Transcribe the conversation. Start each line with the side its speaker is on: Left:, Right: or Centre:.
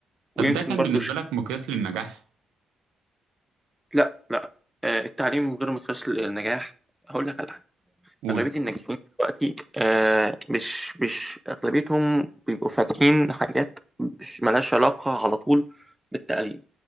Right: طب
Centre: ويمكن
Right: ده كان
Centre: برضو
Right: بالنسبه
Centre: ش...
Right: لك مقياس للنجاح
Centre: لا لا آه، التعليم غير مقياس للنجاح هقول لك على
Right: قول
Centre: أغلبية الناجحين دلوقتي آه مش مش أغلبيتهم بيبقوا فاتحين حاجات مش ملهاش علاقة على طول بالتعليم